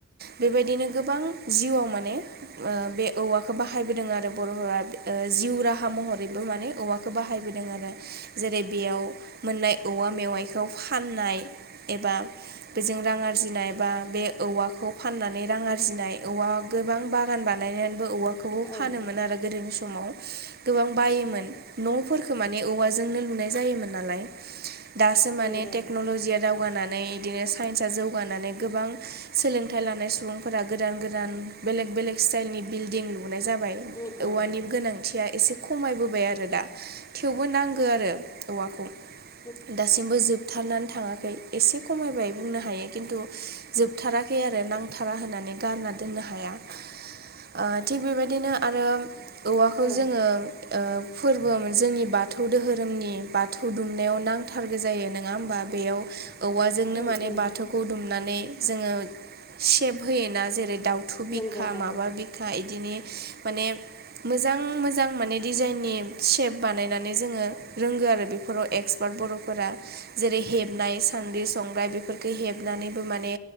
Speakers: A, on the right (about 45°); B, on the left (about 15°).
A: बेबायदिनो गोबां जिउआव माने बे औवाखौ बाहायबोदों आरो बर'फोरा जिउ राहा महरै बो माने औवाखौ बाहायबोदों आरो जेरै बेयाव मोननाय औवा मेवाइखौ फाननाय एबा बेजों रां आरजिनाय बा बे औवाखौ फाननानै रां आरजिनाय औवा गोबां बागान बानायनानै औवाखौबो
B: नंगौ
A: फानोमोन आरो गोदोनि समाव गोबां बायोमोन न'फोरखौ माने औवाजोंनो लुनाय जायोमोन नालाय दासो
B: नंगौ
A: माने टेक्न'ल'जिया दावगानानै बिदिनो साइन्सआ जौगानानै गोबां सोलोंथाइ लानाय सुबुंफोरा गोदान गोदान बेलेग बेलेग स्टाइलनि बिल्डिं लुनाय जाबाय
B: औ
A: औवानि
B: नंगौ
A: गोनांथिया एसे खमायबोबाय आरो दा थेवबो नांगौ आरो औवाखौ
B: नंगौ
A: दासिमबो जोबथारनानै थाङाखै एसे खमायबाय बुंनो हायो खिनथु जोबथाराखै आरो नांथारा होननानै गारना दोननो हाया। ओ थिग बेबायदिनो आरो औवाखौ
B: औ औ
A: जोङो बो ओ फोरबो जोंनि बाथौ दोहोरोमनि बाथौ दुमनायाव नांथारगे जायो नङा होमबा ओ? बेयाव ओ औवाजोंनो
B: औ
A: माने
B: औ
A: बाथौखौ दुमनानै जोङो सेब होयोना जेरै दाउनि थु बिखा
B: नंगौ नंगौ
A: माबा बिखा बिदिनो माने बिदि ओ मोजां मोजां माने डिजाइननि सेप बानायनानै जोङो रोंगो आरो बेफोराव एक्स बर'फोरा जेरै हेबनाय सानद्रि संग्राय बेफोरखौ हेबनानैबो माने